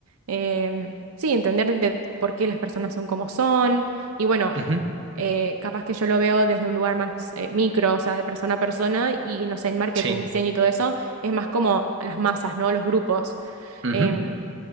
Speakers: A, on the right; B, on the right.
A: em, sí, entender de por qué las personas son como son. Y bueno,
B: ujú,
A: eh, capaz que yo lo veo desde un lugar más eh, micro, o sea, de persona a persona, y no sé, en marketing,
B: sí,
A: diseño y todo eso, es más como las masas, ¿no? Los grupos.
B: ujú.
A: Em,